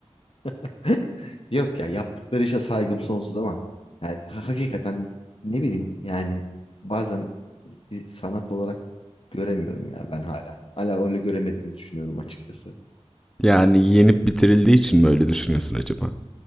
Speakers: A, on the left; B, in the centre.
A: <laughs> Yok ya, yaptıkları işe saygım sonsuz ama yani, ha- hakikaten ne bileyim yani bazen bir sanat olarak göremiyorum ya ben hala. Hala öyle göremediğimi düşünüyorum açıkçası.
B: yani yenip bitirildiği için mi öyle düşünüyorsun acaba?